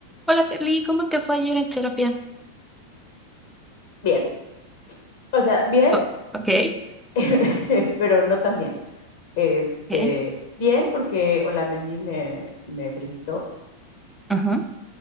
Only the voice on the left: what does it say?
Bien, o sea, bien,
<laughs> pero no tan bien. Este,
bien, porque Olamendi me, me felicitó.